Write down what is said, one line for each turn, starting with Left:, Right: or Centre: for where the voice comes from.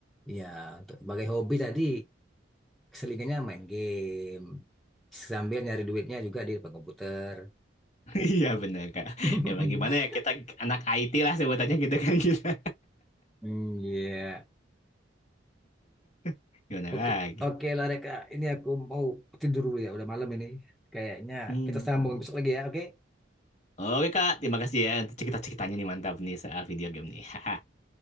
Centre: Ya, untuk sebagai hobi tadi Selingannya main game. Sambil nyari duitnya juga di depan komputer.
Left: <laughs> Iya bener Kak.
Centre: <laughs>
Left: Ya bagaimana ya kita anak IT lah sebutannya gitu kan kita.
Centre: Hmm, Iya.
Left: <laughs> Gimana
Centre: Oke,
Left: lagi?
Centre: oke lah Reka. Ini aku mau tidur dulu ya. Udah malam ini. Kayaknya
Left: Hmm.
Centre: kita sambung besok lagi ya. Oke.
Left: Oke Kak, terima kasih ya untuk cerita-ceritanya nih mantap nih soal video game nih. <laughs>